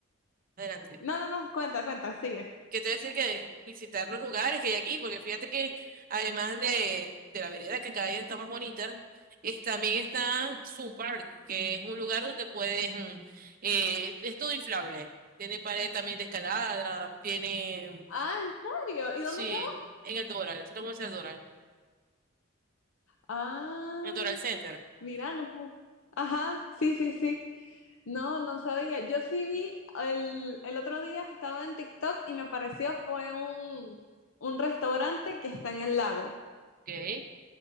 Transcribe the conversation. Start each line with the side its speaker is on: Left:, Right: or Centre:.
Right: adelante.
Left: no, no, no, cuenta, cuenta, sigue.
Right: Que te voy a decir que visitar los lugares que hay aquí, porque fíjate que además de, de la vereda que cada día está más bonita, es- también está Zoo Park, que es un lugar donde puedes, mm, eh, es todo inflable. Tiene pared también de escalada, tiene,
Left: Ah, ¿en serio? ¿Y dónde
Right: sí,
Left: queda
Right: en el Doral, el centro comercial Doral,
Left: Ah,
Right: en el Doral Center.
Left: mira, no sé. Ajá, sí, sí, sí. No, no sabía. Yo sí vi, el, el otro día estaba en TikTok y me pareció fue un, un restaurante que está en el lago.
Right: Ok,